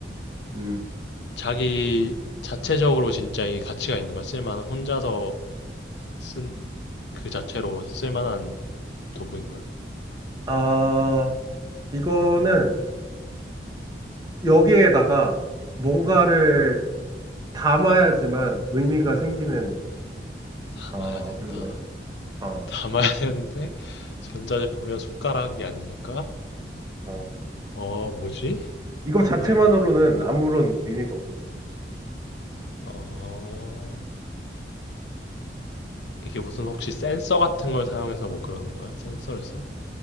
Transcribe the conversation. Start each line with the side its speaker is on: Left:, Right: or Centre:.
Right: 음,
Left: 자기 자체적으로 진짜 이게 가치가 있는 거야? 쓸만한, 혼자서 쓴 그 자체로 쓸만한 도구인 거야?
Right: 아, 이거는 여기에다가 뭔가를 담아야지만 의미가 생기는
Left: 담아야
Right: 어,
Left: 된다.
Right: 물건이야. 어,
Left: 담아야 되는데, 전자제품이랑 숟가락이 아니니까?
Right: 어.
Left: 어, 뭐지?
Right: 이거
Left: 담아야
Right: 자체만으로는
Left: 된다.
Right: 아무런 의미가 없어.
Left: 어, 이게 무슨 혹시 센서 같은 걸 사용해서 뭐 그러는 거야? 센서를 써?